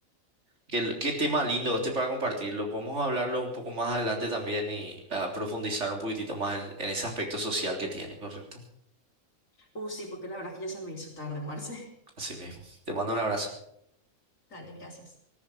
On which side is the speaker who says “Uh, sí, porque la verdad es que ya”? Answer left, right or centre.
Left